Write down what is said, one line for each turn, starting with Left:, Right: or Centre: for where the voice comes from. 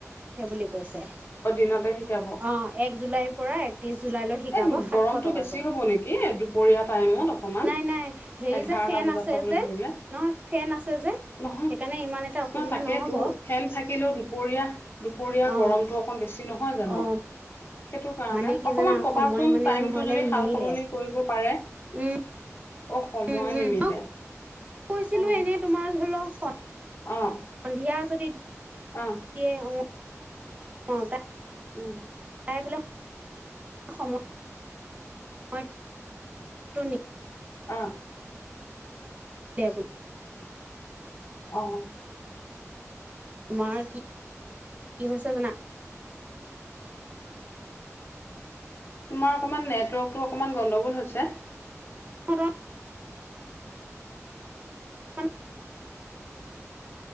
Right: সেইব কয়।
Left: অ', দিনতে শিকাব
Right: অ' এক জুলাইৰ পৰা একত্ৰিশ। জুলাইলৈ শিকাব
Left: এ
Right: সাতশ
Left: গৰমটো
Right: টকাকৈ
Left: বেছি হ'ব নেকি দুপৰীয়া টাইমত অকমান
Right: নাই নাই হে
Left: এঘাৰটা
Right: যে। ফেন
Left: বজাৰ
Right: আছে
Left: পৰা বুলি
Right: যে
Left: ধৰিলে
Right: নহয় ফেন আছে যে।
Left: নহয়
Right: সেইকাৰণে ইমান এটা অসুবিধা
Left: নহ তাকেই
Right: নহ'ব
Left: তো ফেন থাকিলেও দুপৰীয়া। দুপৰীয়া
Right: অ
Left: গৰমটো অকণ বেছি নহয় জানো
Right: অ
Left: সেইটো কাৰণে
Right: মানে কি
Left: অকণমান।
Right: জানা
Left: ক'বাচোন
Right: সময় মানে
Left: টাইমটো
Right: নহ'লে
Left: যদি
Right: নিমিলে
Left: সাল সলনি কৰিব পাৰে।
Right: উম
Left: অ, সময়
Right: উম উম
Left: নিমিলে।
Right: মই কৈছিলো
Left: অ
Right: এনে তোমাৰ ধৰিলকখন।
Left: অ
Right: সন্ধিয়া যদি।
Left: অ
Right: এতিয়া অ'। অ, তাই।
Left: উম।
Right: তাই বোলে। সময়। হয়। তুনি।
Left: অ'।
Right: ব <unintelligible>
Left: অ'।
Right: তোমাৰ কি - কি হৈছে ন।
Left: তোমাৰ অকমান নেটৱৰ্কটো। অকমান গণ্ডগোল হৈছে।
Right: হয় থৌ। মানে